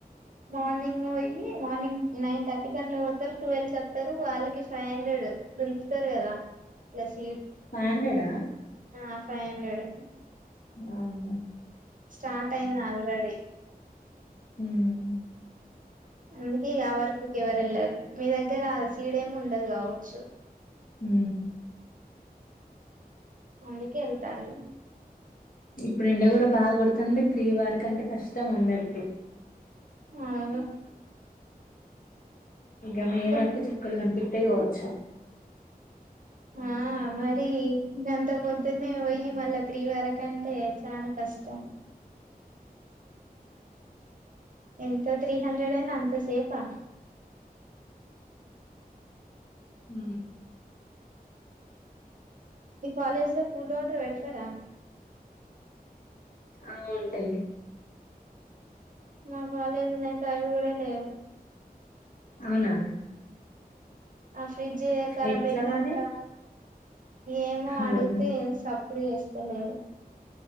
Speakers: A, on the right (about 55°); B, on the left (about 60°).
A: మార్నింగ్ పోయి మార్నింగ్ నైన్ థర్టీకి అట్ల పోతారు టువెల్క్ అత్తరు వాళ్ళకి ఫైవ్ హండ్రె ఎడ్ దుల్పుతర్ కదా లస్
B: ఫైహండ్రెడా
A: ఆ ఫై హండ్రెడ్
B: బాబ
A: స్టార్ట్ అయింది ఆల్రెడీ
B: ఉమ్,
A: అందుకే ఆ వర్క్ కి ఎవరు వెళ్లరు మీ దగ్గర సీడ్ ఏమి ఉండదు కావచ్చు
B: హ
A: అందుకే ఎళ్తాలు
B: ఇప్పుడు ఎండా కూడా బాగా కొడుతుంది మీ త్రీ వరకు అంటే కష్టం అందరికి
A: అవును
B: ఇక మే
A: ఇంకా
B: వరకు చుక్కలు కనిపితాయి కావచ్చు
A: ఆ మరి గంత పొద్దున్న పోయి మళ్ళా త్రీ వరకంటే చాలా కష్టం ఎంత త్రీ హండ్రెడ్ అయినా అంత సేపా
B: హ
A: ఈ కాలేజ్ లో కూల్ వాటర్ పెడతారా
B: ఆ ఉంటాయి
A: మా కాలేజిలా అయితే అవి కూడా లేవు
B: అవునా
A: ఆ ఫ్రిడ్జ్ కరబ్
B: ఎట్లా
A: అయిందట
B: మరి
A: ఏమో
B: ఓర్ని
A: అడిగుతే సపు డు చేస్తలేరు